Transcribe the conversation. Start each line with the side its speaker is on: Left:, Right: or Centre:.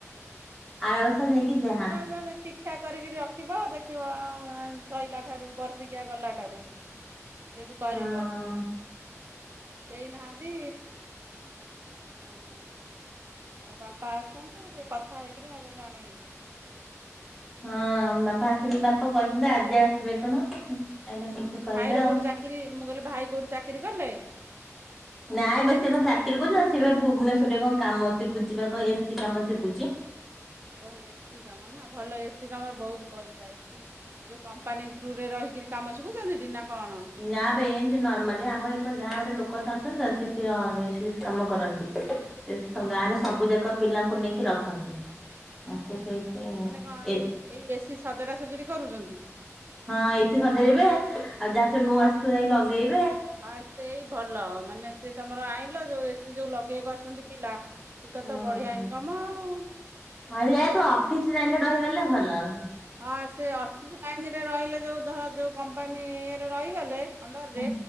Centre: ଆର ବର୍ଷ
Right: ହଁ
Centre: ଯାଇକି ଯାହା
Right: ଘର ଠିକ କରିକି ରଖିବ ଦେଖିବ ସଇଲା ଠାରୁ ବର୍ଷିକିଆ ଗଲା ଠାରୁ ଯଦି କରିବ
Centre: ହଁ
Right: କେହି ନାହାନ୍ତି ହଁ। ଆଉ ବାପା ଆସନ୍ତୁ ଟିକେ କଥା ହେଇକିରି ମତେ ଜଣେଇବୁ
Centre: ହଁ ବାପା ଆସିବେ ବାପା କହିଛନ୍ତି
Right: ଆଉ
Centre: ଆଜି ଆସିବେ କଣ ଏଇଟା ବୁଝିକି
Right: ଭାଇର
Centre: କହିବେ ଆଉ।
Right: କୋଉଠି ଚାକିରି ମୁଁ କହିଲି ଭାଇ କୋଉଠି ଚାକିରି କଲେ।
Centre: ନାଇଁ ବ ସେ କଣ ଚାକିରି କରୁଛି ସିଏ ବା ଭୁବନେଶ୍ଵରରେ କଣ କାମ ଶିଖୁଛି ବା କଣ ଏସିି କାମ ଶିଖୁଛି।
Right: ହ <inaudible> ଓ ଏ ସି କାମ ନା ଭଲ ଏ ସି କାମରେ ବହୁତ ପଇସା ଏସି ଯୋଉ କମ୍ପାନୀ ଥଥ୍ରୁ ରେ ରହିି କି କାମ ଶିଖୁଛନ୍ତିଟି ନା କଣ?
Centre: ନା ଭାଇ ଏମିତି ନର୍ମାଲି ଆମର ଏପଟେ ଗାଁ ଗୋଟେ ଲୋକ ତ ଅଛନ୍ତି ତ ନା ଏ ସି କାମ କରନ୍ତି।
Right: ଓହୋ।
Centre: ଗାଁରେ ସବୁ ଯାକ ପିଲାଙ୍କୁ ନେଇକି ରଖନ୍ତି। ଆଉ ସେ
Right: ଓ
Centre: ସେଇଠି
Right: ହୋ ମାନେ କଣ
Centre: ଏ
Right: ଏଇ ଏ ସିି ସଜଡା ସଜଡି କରୁଛନ୍ତି।
Centre: ହଁ ଏ ସିି ସଜେଇିବେ ଆଉ ଯାହା ସ ନୁଆ ଆସିଥିବ ଯାଇ ଲଗେଇବେ।
Right: ହଁ ସେଇ ଭଲ ମାନେ ସେ ତମର ଆଇଲ ଯୋଉ ଏ ସି ଯୋଉ ଲଗେଇବା କୁ ଆସୁଛନ୍ତି ପିଲା ଶୀତ
Centre: ହଁ
Right: ତ ବଢିଆ ଇନକମ ଆଉ।
Centre: ହ ଯାଇ ତୁ ଅଫିସରେ ଟାଇମରେ ରହିଗଲେ ଭଲ।
Right: ହଁ ସେ ଅଫିସ ଲାଇନରେ ରହିଲେ ଯୋଉ ଧର ଯୋଉ କମ୍ପାନୀ ଇରେ ରହିଗଲେ ଅଣ୍ଡର
Centre: ହଁ
Right: ରେ